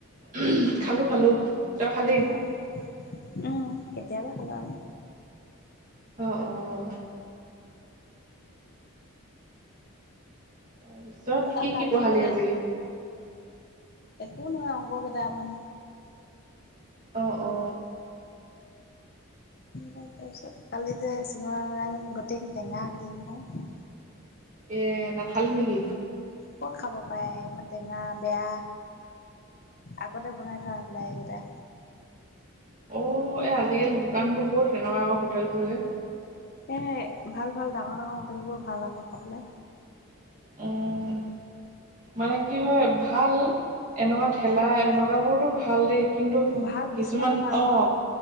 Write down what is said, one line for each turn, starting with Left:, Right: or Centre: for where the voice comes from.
Right: উম হম খালোঁ, খালোঁ তই খালি।
Left: অ' উম কেতিয়াবা খালোঁ আমি।
Right: অ' অ' তাৰপিছত
Left: অ'
Right: কি
Left: কালি
Right: কি পঢ়ালি
Left: যে
Right: আজি।
Left: একো নহয় অংককেইটামান।
Right: অ অ।
Left: তাৰপিছত কালি যে চিঙৰা অনা নাই জানো গোটেইখিনি টেঙা হৈ থাকিলে নহয়।
Right: এ নাখালি নেকি।
Left: ক'ত খাব পায় ইমান টেঙা, বেয়া। আগতে বনাই থোৱা হবলা এইকেইটা।
Right: অ এই আজিকালি দোকান বোৰ বহুত তেনেকুৱা হোটেল বোৰ যে।
Left: এ, ভাল -ভাল ডাঙৰ- ডাঙৰ হোটেলবোৰ ভাল আক খাবলে।
Right: উম, মানে কি হয় ভাল এনেকুৱা ঠেলা সেনেকুৱাবোৰতো ভাল দেই কিন্তু
Left: ভাল
Right: কিছুমান
Left: কিছুমানৰ ভাল
Right: অ।
Left: আকৌ